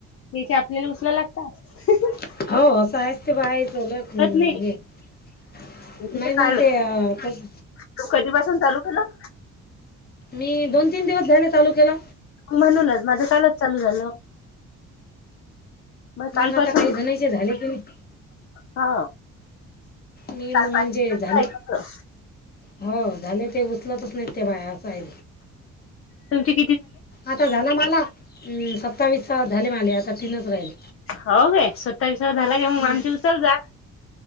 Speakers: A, on the left (about 45°); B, on the left (about 30°).
A: तेचे आपल्याला उचला लागतात‌
B: <unintelligible>
A: नाही मी
B: नाही
A: तर
B: मग
A: कालचं,
B: ते तस
A: तू कधीपासून चालू केलं.
B: मी दोन तीन दिवस झाले चालू केल.
A: म्हणूनच माझं कालच चालू झालं मग कालपासून
B: आता काही जणांचे झाले की नाही
A: हा
B: मी मग
A: कालपासून
B: म्हणजे झाली हो झाले ते उचलतच नाही त्या बायार असय
A: तुमची
B: आता झाला मला अ सत्तावीस झाले माझे आता तीनच राहिले.
A: हो काय सत्तावीसवा झाला की मग
B: हम्म.
A: आमचा उचलत जा